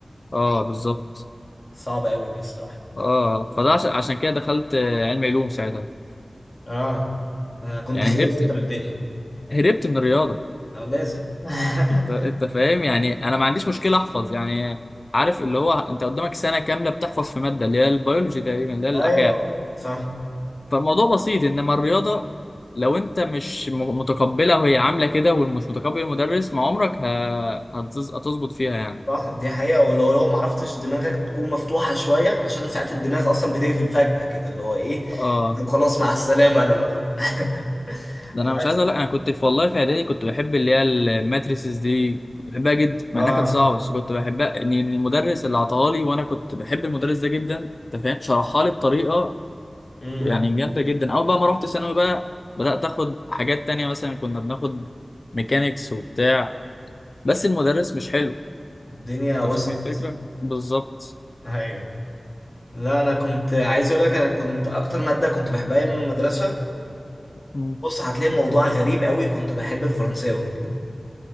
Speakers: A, on the left (about 50°); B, on the left (about 35°).
A: اه بالظبط
B: صعب قوي دي الصراحة
A: اه فده عشان عشان كده دخلت آه، علم علوم ساعتها
B: اه انا كنت
A: يعني
B: خايف
A: هربت
B: انت من الدنيا
A: هربت من الرياضه
B: او لازم <laughs>
A: انت انت فاهم يعني انا ما عنديش مشكله احفظ يعني عارف اللي هو انت قدامك سنه كامله بتحفظ في ماده اللي هي البيولوجي تقريبا اللي هي الاحياء
B: ايوه صح
A: فالموضوع بسيط انما الرياضه لو انت مش م- متقبلها وهي عامله كده ومش متقبل المدرس ما عمرك ه- هتز- هتظبط فيها يعني
B: صح دي حقيقة ولو لو ما عرفتش دماغك تكون مفتوحة شوية عشان ساعات الدماغ اصلا بتقفل فجأة كده اللي هو ايه
A: اه
B: طب خلاص مع السلامة انا بقى <laughs>
A: ده
B: بس
A: انا مش عايز اقول لك انا كنت في والله في اعدادي كنت بحب اللي هي الماتريسز دي كنت بحبها جدا مع
B: اه
A: انها كانت صعبه بس كنت بحبها ان المدرس اللي عطاها لي وانا كنت بحب المدرس ده جدا انت فاهم شرحها لي بطريقه
B: امم
A: يعني جامدة جدا أول بقى ما رحت ثانوي بقى بدأت آخد حاجات تانية مثلا كنا بناخد ميكانيكس وبتاع بس المدرس مش حلو
B: الدنيا وسعت
A: أنت فاهم الفكرة؟ بالظبط
B: ايوه لا انا كنت عايز اقول لك انا كنت اكتر ماده كنت بحبها ايام المدرسه
A: مم.
B: بص هتلاقي الموضوع غريب قوي كنت بحب الفرنساوي